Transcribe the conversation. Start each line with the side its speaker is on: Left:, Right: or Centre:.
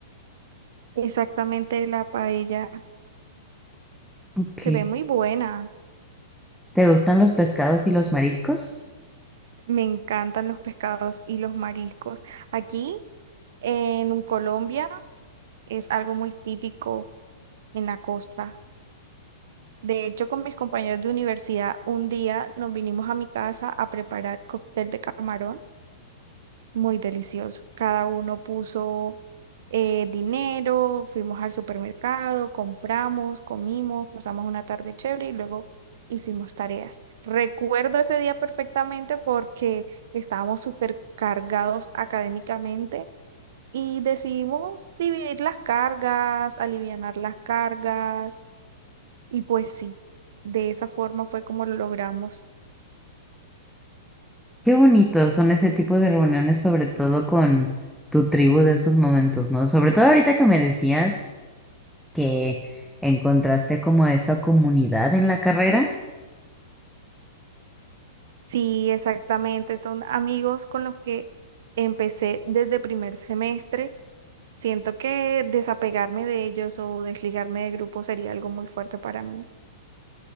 Right: exactamente la paella.
Centre: Ok.
Right: Se ve muy buena.
Centre: ¿Te gustan los pescados y los mariscos?
Right: Me encantan los pescados y los mariscos. Aquí en Colombia es algo muy típico en la costa. De hecho, con mis compañeros de universidad, un día nos vinimos a mi casa a preparar cóctel de camarón muy delicioso. Cada uno puso eh, dinero, fuimos al supermercado, compramos, comimos, pasamos una tarde chévere y luego hicimos tareas. Recuerdo ese día perfectamente porque estábamos súper cargados académicamente y decidimos dividir las cargas, alivianar las cargas y pues sí, de esa forma fue como lo logramos.
Centre: Qué bonitos son ese tipo de reuniones, sobre todo con tu tribu de esos momentos, ¿no? Sobre todo ahorita que me decías que encontraste como a esa comunidad en la carrera.
Right: Sí, exactamente. Son amigos con los que empecé desde primer semestre. Siento que desapegarme de ellos o desligarme del grupo sería algo muy fuerte para mí.